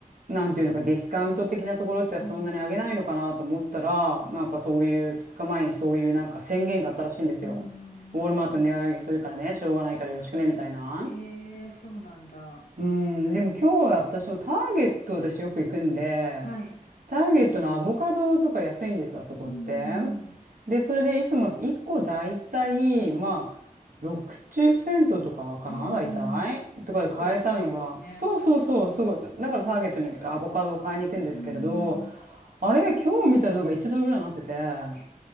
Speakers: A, on the right; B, on the left.
A: なんていうのか、ディスカウント的なところってそんなに上げないのかなと思ったら、
B: うん
A: なんかそういう2日前にそういうなんか宣言があったらしいんですよ。
B: うんうーん。
A: ウォルマート値上げするからね、しょうがないからよろしくね、みたいな。
B: へえ、そうなんだ。
A: うん、でも今日は私もターゲット私よく行くんで、
B: はい。
A: ターゲットのアボカドとか安いんですよ、あそこって。
B: うん。
A: で、それでいつも1個だいたい、まあ、60セントとかかな大体とかで買えたのが、
B: うんうんうん。結構安いですね。
A: そうそうそう、すごい。だからターゲットにアボカドを買いに行くんですけれど、
B: うんうんうん
A: あれ、今日見たらなんか1ドルぐらいになってて、あ、
B: え